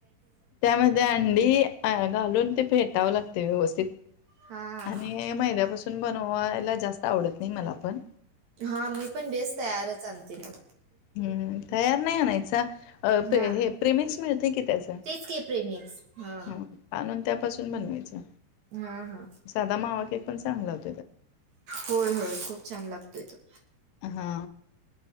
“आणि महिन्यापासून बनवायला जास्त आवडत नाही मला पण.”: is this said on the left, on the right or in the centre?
Left